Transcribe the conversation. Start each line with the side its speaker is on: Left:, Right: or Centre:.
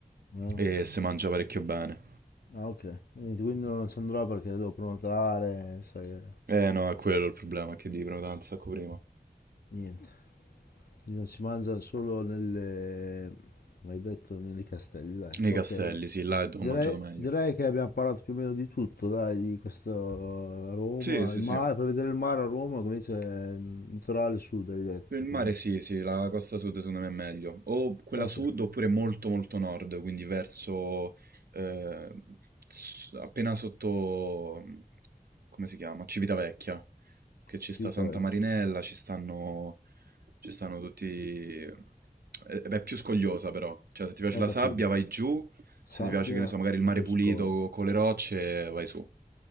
Left: eh.
Right: e si mangia parecchio bene.
Left: Ah, ok. Niente, quindi non ci andrò perché devo prenotare, sai, eh,
Right: Eh no, è quello il problema, che devi prenotare un sacco prima.
Left: niente. Quindi non si mangia solo nelle, come hai detto, nei castelli, dai.
Right: Nei
Left: Ok.
Right: castelli, sì, là è dove
Left: Direi,
Right: ho mangiato meglio.
Left: direi che abbiamo parlato più o meno di tutto, dai, di questo eh, Roma,
Right: Sì, sì,
Left: il mare,
Right: sì.
Left: per vedere il mare a Roma, come dice, eh, il litorale sud, hai detto,
Right: Il mare
Left: quindi.
Right: sì, sì, la costa sud secondo me è meglio. O quella
Left: Ok,
Right: sud oppure molto molto nord, quindi verso eh, s- appena sotto, come si chiama? Civitavecchia, che ci
Left: Civitavecchia.
Right: sta Santa Marinella, ci stanno, ci stanno tutti... eh, eh, beh, È, più scogliosa però, cioè se ti piace
Left: Ho
Right: la
Left: capito.
Right: sabbia vai giù,
Left: Sabbia
Right: se ti piace che ne so, magari il
Left: e
Right: mare
Left: Coscoglio.
Right: pulito con le rocce vai su.